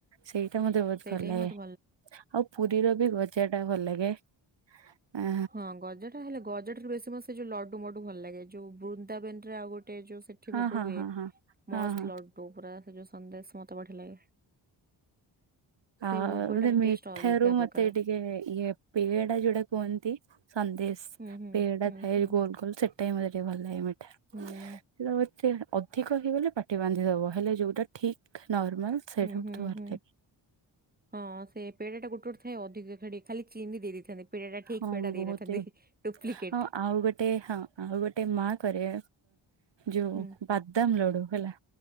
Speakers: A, on the right (about 60°); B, on the right (about 20°).
A: ସେଇଟା ମତେ ବହୁତ୍
B: ସେଇଟା
A: ଭଲ
B: ହିଁ
A: ଲାଗେ।
B: ମତେ
A: ଆଉ ପୁରୀରବି ଗଜାଟା ଭଲ ଲାଗେ ଅ
B: ହଁ ଗଜାଟା ହେଲେ ଗଜା ବେଶୀ ମତେ ସେ ଯୋଉ ଲଡୁ ମୋଡୁ ଭଲ ଲାଗେ ଯୋଉ ବୃନ୍ଦାବନରେ ଆଉ ଗୋଟେ ଯୋଉ ସେ ଠି
A: ହଁ
B: ଭୋଗ
A: ହଁ
B: ହୁଏ
A: ହଁ ହଁ ହଁ
B: ମ
A: ହଁ
B: ଲୁ ପୁରା ସେ ଯୋଉ ସନ୍ଦେଶ ମତେ ବଢିଆ ଲାଗେ। ସେଇ
A: ଆ
B: ଭୋଗଟାର
A: ମୋତେ ମିଠ
B: ଟେଷ୍ଟ ଅଲଗା
A: ର ମତେ
B: ପ୍ରକାର
A: ଏଠିକ ଇଏ ଇଏ ପେଡା ଯୋଉଟା କୁହନ୍ତି ସନ୍ଦେଶ
B: ହୁଁ ହୁଁ
A: ପେଡା
B: ହୁଁ
A: ଥାଏ
B: ହୁଁ
A: ଗୋଲ ଗୋଲ ସେ ମତେ ଟିକେ ଭଲ ଲାଗେ ମିଠା
B: ହୁଁ।
A: <unintelligible> ସେ ଅଧିକ ହେଇଗଲେ ପାଟି ବାନ୍ଧିଦବ ହେଲେ ଯୋଉଟା ଠିକ ନର୍ମାଲ ସେଇଟା
B: ହୁଁ
A: ବହୁତ
B: ହୁଁ
A: ଭଲ
B: ହୁଁ।
A: ଲାଗେ।
B: ହଁ ସେ ପେଟ ଟା ଗୋଟେ ଥାଏ ଅଧିକ ଖାଡି ଖାଲି ଚିନି ଦେଇଥାନ୍ତେ। ଠିକ୍
A: ହଁ
B: ପେଡ଼ା ଦେଇନଥାନ୍ତି।
A: ବହୁତ ହି
B: ଡୁପ୍ଲିକେଟ
A: ହଁ ଆଉ ଗୋଟେ ହଁ ଆଉ ଗୋଟେ ମା କରେ ଯୋଉ
B: ହୁଁ
A: ବାଦାମ ଲଡୁ ହେଲା।